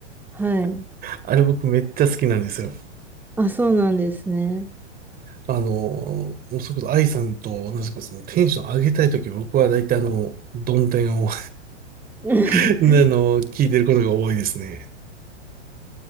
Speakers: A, in the centre; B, on the right.
A: はい。
B: あれ僕めっちゃ好きなんですよ。
A: あ、そうなんですね。
B: あの、もうそれこそ愛さんと同じくそのテンション上げたいとき僕は大体あの、ドンテンを
A: <laughs>
B: <laughs> ねあの、聞いてることが多いですね。